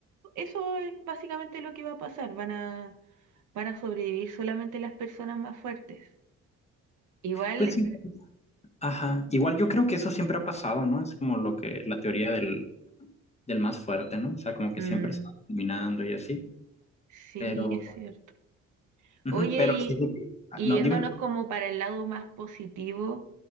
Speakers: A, on the right (about 75°); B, on the left (about 20°).
A: eso es básicamente lo que va a pasar. Van a, van a sobrevivir solamente las personas más fuertes. Igual,
B: Pues sí, ajá. Igual yo creo que eso siempre ha pasado, ¿no? Es como lo que, la teoría del, del más fuerte, ¿no? O sea, como que
A: mm,
B: siempre se va eliminando y así.
A: sí,
B: Pero,
A: es cierto.
B: ujú,
A: Oye,
B: pero
A: y,
B: sí, sí, sí. Ah,
A: y
B: no,
A: yéndonos
B: dime.
A: como para el lado más positivo,